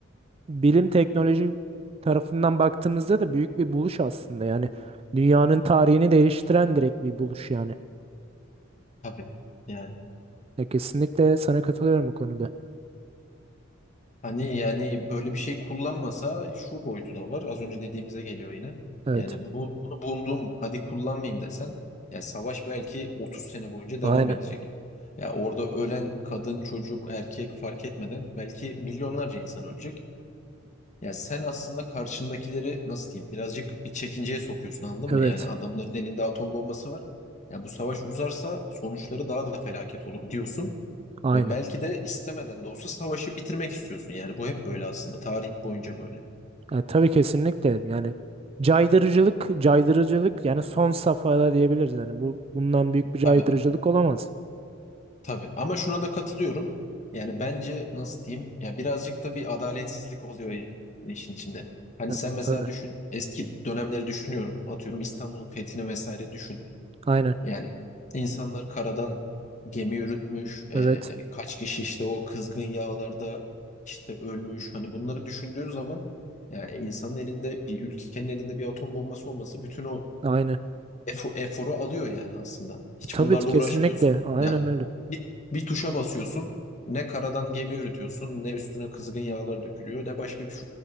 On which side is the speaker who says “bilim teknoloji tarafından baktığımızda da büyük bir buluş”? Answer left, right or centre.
Right